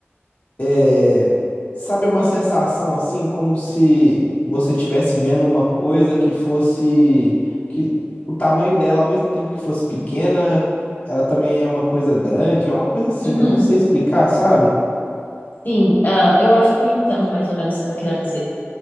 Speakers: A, on the left; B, on the left.
A: É, sabe uma
B: Ah,
A: sensação assim, como se você estivesse vendo uma coisa que fosse, que o tamanho dela, ao mesmo tempo que fosse pequena, ela também é uma coisa grande, é uma coisa assim,
B: uhum.
A: não sei explicar, sabe?
B: Sim, ah, eu acho que eu entendo mais ou menos o que você tá querendo dizer.